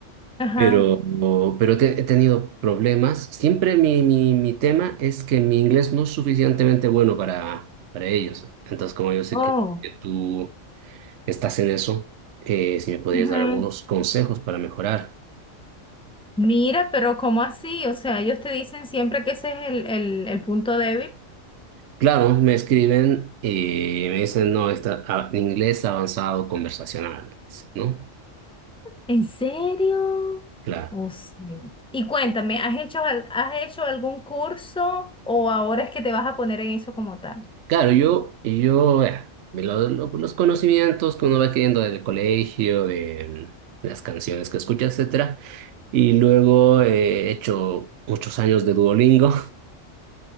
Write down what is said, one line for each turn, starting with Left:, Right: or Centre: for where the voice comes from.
Centre: Ajá.
Right: Pero, pero te- he tenido problemas. Siempre mi, mi, mi tema es que mi inglés no es suficientemente bueno para, para ellos. Entonces, como yo sé
Centre: Oh,
Right: que que tú estás en eso, eh, si me podrías
Centre: ujú.
Right: dar algunos consejos para mejorar.
Centre: Mira, pero ¿cómo así? O sea, ellos te dicen siempre que ese es el, el, el punto débil.
Right: Claro, me escriben y me dicen, no, está, a- inglés avanzado conversacional, me dicen, ¿no?
Centre: ¿En serio?
Right: Claro.
Centre: O sea, y cuéntame, ¿has hecho, al- has hecho algún curso o ahora es que te vas a poner en eso como tal?
Right: Claro, yo, yo, eh, de lo- lo- los conocimientos que uno va adquiriendo del colegio, de mm, las canciones que escucha, etcétera. Y luego eh, he hecho muchos años de Duolingo.